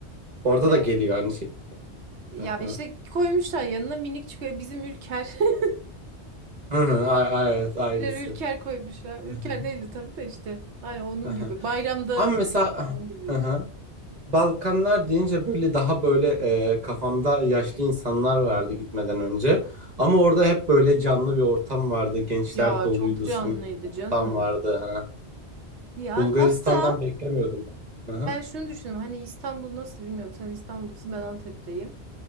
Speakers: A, on the right; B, on the right.
A: Orada
B: E,
A: da geliyor aynı şekilde.
B: ya
A: Aha.
B: işte koymuşlar yanına minik çıkıyor bizim Ülker. <laughs>
A: Hı hı, a- evet ailesi.
B: Birer Ülker koymuşlar. Ülker
A: Hı hı,
B: değildi tabii de işte. Ay onun
A: hı hı.
B: gibi. Bayramda
A: Ama mesela
B: falan da
A: hı hı. Balkanlar deyince böyle daha böyle e, kafamda yaşlı insanlar vardı gitmeden önce. Ama orada hep böyle canlı bir ortam vardı. Gençler
B: Ya
A: doluydu,
B: çok canlıydı
A: samimi ortam
B: canım.
A: vardı.
B: Ya
A: Bulgaristan'dan
B: hatta
A: beklemiyordum ben. Hı
B: ben
A: hı.
B: şunu düşünüyorum. Hani İstanbul nasıl bilmiyorum. Sen İstanbul'dasın, ben Antep'teyim.